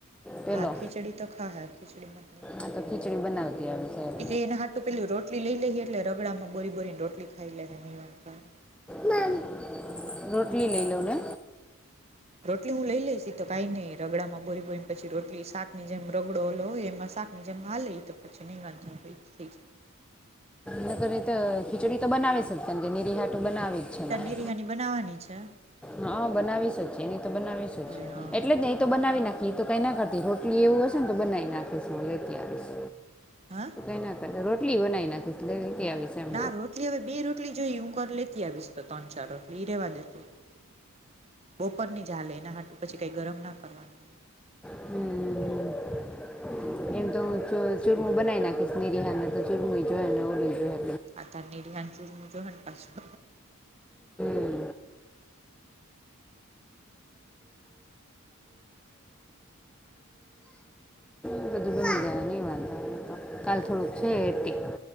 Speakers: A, in the centre; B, on the right.
A: પેલો
B: હા ખીચડી તો ખાહે ખીચડીમાં તો નહીં વાંધો
A: આ
B: આવે
A: ખીચડી બનાવતી સાહેબ
B: એટલે એના હાટ તો પેલી રોટલી લઈ લઈએ એટલે રગડામાં બોરી બોરીને રોટલી ખઈ લેહે નહિ વાંધો આવે.
A: મમ રોટલી લઈ લઉં ને?
B: રોટલી હું લઈ લઈશ ઈ તો કાંઈ નહી રગડામાં બોરી બોરીને પછી રોટલી શાકની જેમ રગડો ઓલો હોય એમાં શાક ની જેમ હાલે ઈ તો પછી નહીં વાંધો આવે ઈ જ થઈ જાય.
A: નકર ઈ તો ખીચડી તો બનાવીશ જ કેમ કે નીરી હાટું બનાવી જ છે મારે.
B: બીરયાની બનાવાની છે.
A: હહ બનાવીશ જ એની તો બનાવીશ જ.
B: હવે હા
A: એટલે જ ને ઈ તો બનાવી નાખી ઈ તું કાંઈ ના કરતી રોટલી એવું હશે ને તો હું બનાઈ નાખીશ હું લેતી આવીશ.
B: હા
A: એના કરતાં રોટલી બનાવી નાખીશ લે લેતી આવીશ. એમ
B: ના રોટલી હવે બે રોટલી જોઈએ હું ઘર લેતી આવીશ તો તન ચાર રોટલી ઈ રહેવા દે તું. બોપરની જ હાલે એના હાટું પછી કાંઈ ગરમ ના કરવાની હોય.
A: હમ હમ એમ તો હું ચૂ ચુરમું બનાઈ નાખીશ નિરિહારને તો ચુરમું એ જોહે ને ઓલું એ જોહે.
B: આ તાર નિરિહાને ચૂરમું જોહે ને પાછું
A: હમ. એ બધું <inaudible> નહિ વાંધો આવે. કાલ થોડુંક છે એટીક